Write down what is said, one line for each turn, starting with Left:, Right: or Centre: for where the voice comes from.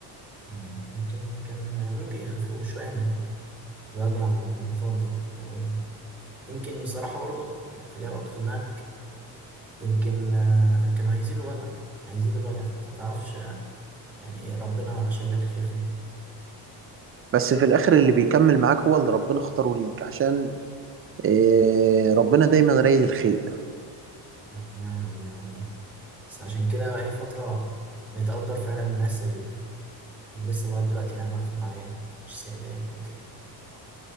Centre: مم. يمكن كان ممكن يخففوا شوية من الوجع والضغوطات دي أو يمكن بصراحة برضه يعني خليها برضه في دماغك يمكن آه، كانوا هيزيدوا الوجع هيزيدوا الوجع فأنت متعرفش آه، يعني إيه، ربنا شايلك الخير فين
Right: بس في الاخر اللي بيكمل معاك هو اللي ربنا اختاره ليك عشان إيه ربنا دايما رايد الخير
Centre: نعم نعم بالله والله بس عشان كده بقالي فترة بتقدر فعلا الناس لسه لغاية دلوقتي يعني واقفة معايا مش سايباني أو كده